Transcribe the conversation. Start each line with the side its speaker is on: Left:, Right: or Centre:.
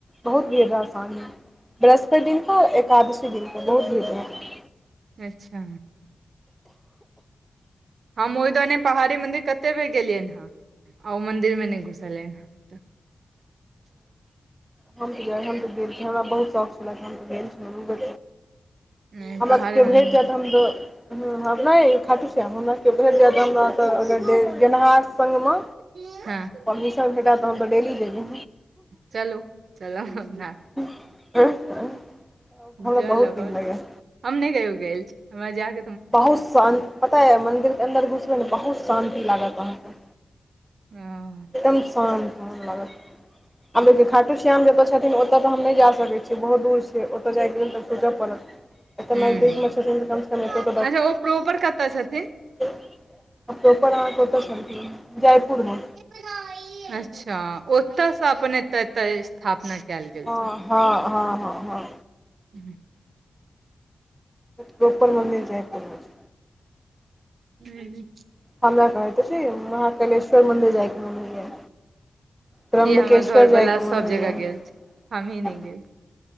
Centre: बहुत भीड़ रहत। <unintelligible> बृहस्पति दिनक एकादशी दिनक तक बहुत भीड़ रहत।
Right: अच्छा हम ओयदने पहाड़ी मंदिर कते बेर गेलियैन हँ आ ओ मंदिर मे नई घुसलियेंन हे <unintelligible>
Centre: हम तऽ हम तऽ गेल हमरा बहुत शौक छले हम तऽ गेल छलो
Right: नहि
Centre: <unintelligible> हमरा
Right: पहाड़े
Centre: केओ
Right: मन्दिर
Centre: भेट जायत हम दो हर नइ खाटू श्याम हमरा केओ भेट जाय त हमरा अगर गेनहार संग में
Right: <unintelligible> हँ
Centre: परमिशन भेटय त हमसब डेली जैइबै
Right: चलू चलब हमरा
Centre: <unintelligible> हमरा
Right: जाय
Centre: बहुत
Right: लगत
Centre: नीक लगैए
Right: हम नई कहियो गेल छी हमरा जाक
Centre: बहुत शान्त पता यए मन्दिर के अन्दर घुसबै ने बहुत शान्ति लागत अहाँकेँ
Right: आ
Centre: एकदम शान्त मान लगत आब देखेयौ खाटू श्याम जतऽ छथिन ओतऽ तऽ हम नइ जा सकै छियै बहुत दूर छैय ओतय जायके लेल तऽ सोचत पड़त <unintelligible> एत
Right: हूँ
Centre: नजदीक में छथिन तऽ कम से कम ऐतो
Right: अच्छा ओ प्रोपर कतऽ छथिन
Centre: <unintelligible> ओ प्रोपर अहाँक ओता छलखिन जयपुरमे
Right: <unintelligible> अच्छा ओतयसँ अपनने एतऽ स्थापना कयल गेल
Centre: हँ हँ हँ हँ हँ
Right: हू <inaudible>
Centre: प्रोपर मन्दिर जाय पड़े छय
Right: हूँ
Centre: हमरा कहैत अछि महाकलेश्वर मन्दिर जाइके मन होइए त्रयंबकेश्वर
Right: ई हमर घर
Centre: जायके
Right: वाला
Centre: मन
Right: सब
Centre: होइए
Right: जगह
Centre: <unintelligible>
Right: गेल छै हमही नहि
Centre: हाँ
Right: गेल